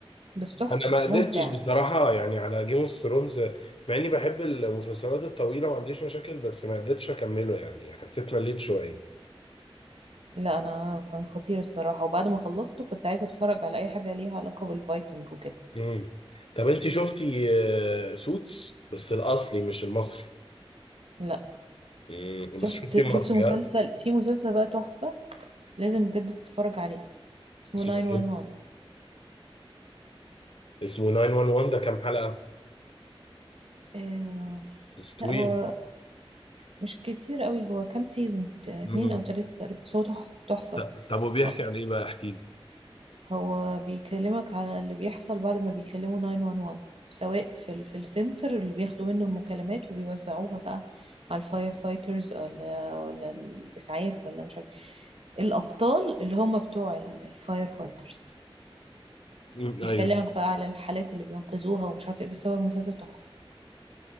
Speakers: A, on the right; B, on the left.
A: بس تحفة
B: انا ما قدرتش
A: ممتع
B: بصراحه يعني على جيم اوف ثرونز مع اني بحب المسلسلات الطويله ما عنديش مشاكل بس ما قدرتش اكمله يعني حسيت مليت شويه
A: لا انا كان خطير الصراحة وبعد ما خلصته كنت عايزة اتفرج على اي حاجة ليها علاقة بالفايكنج وكده
B: امم طب انت شفتي سوتس بس الاصلي مش المصري
A: لا
B: امم
A: شفت
B: بس شفتي المصري
A: شفت مسلسل
B: ها
A: في مسلسل بقى تحفة لازم بجد تتفرج عليه اسمه
B: اسمه
A: 911
B: ايه اسمه 911 ده كام حلقه
A: آه
B: بس طويل
A: لا هو مش كتير قوي هو كام سيزون ت- اتنين
B: امم
A: او تلاتة تقريبا بس هو تحفة تحفة
B: طب طب وبيحكي
A: آه،
B: عن ايه بقى احكي
A: هو بيكلمك على اللي بيحصل بعد ما بيكلموا 911 سواء في ال- في السنتر اللي بياخدوا منه المكالمات وبيوزعوها بقى على الفاير فايترز ولا ولا الاسعاف ولا مش عارف الابطال اللي هم بتوع الفاير فايترز
B: مم،
A: يحكي
B: ايوه
A: لك بقى على الحالات اللي بينقذوها ومش عارف ايه بس هو المسلسل تحفة